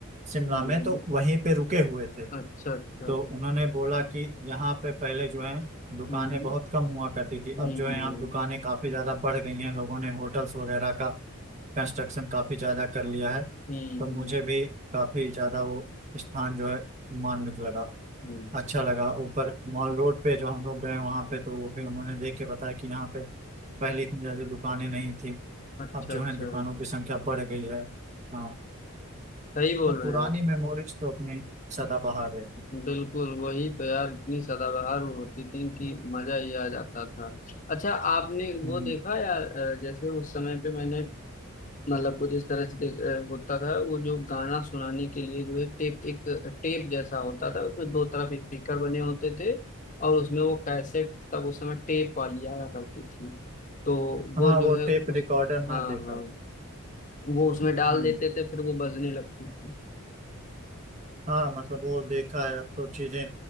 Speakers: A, on the right; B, on the left.
A: शिमला
B: हम्म
A: में तो वहीं पे रुके हुए थे
B: अच्छा अच्छा
A: तो उन्होंने बोला कि यहाँ पे पहले जो है
B: हम्म
A: दुकानें बहुत कम हुआ करती थी
B: हम्म
A: अब
B: हम्म,
A: जो है यहाँ दुकानें काफी ज्यादा बढ़ गई हैं लोगों ने होटल्स वगैरह का कंस्ट्रक्शन काफी ज्यादा कर लिया है
B: हम्म।
A: तो मुझे भी काफी ज्यादा वो स्थान जो है मार्मिक लगा
B: हम्म, हम्म,
A: अच्छा
B: हम्म,
A: लगा ऊपर मॉल रोड पे जो हम लोग गए वहां पे तो वो भी उन्होंने देख के बताया कि यहाँ पे पहले इतनी ज्यादा दुकानें नहीं थी
B: अच्छा
A: अब जो
B: अच्छा
A: है दुकानों की संख्या बढ़ गई है हाँ
B: सही बोल
A: तो पुरानी
B: रहे हैं आप
A: मेमोरीज तो अपनी सदाबहार है
B: बिल्कुल वही तो यार इतनी सदाबहार वो होती थी कि मजा ही आ जाता था अच्छा आपने
A: हम्म
B: वो देखा यार अ, जैसे उस समय पे मैंने मतलब कुछ इस तरह से देख- अ, होता था वो जो गाना सुनाने के लिए जो है टेप एक टेप जैसा होता था उसमें दो तरफ स्पीकर बने होते थे और उसमें वो कैसेट तब उस समय टेप वाली आया करती थी तो वो
A: हाँ
B: जो
A: वो टेप
B: है उस
A: रिकॉर्डर ना
B: हाँ
A: देखा
B: हाँ वो उसमें डाल
A: हम्म
B: देते थे फिर वो बजने लगती थी
A: हाँ मतलब वो देखा है अब तो चीजें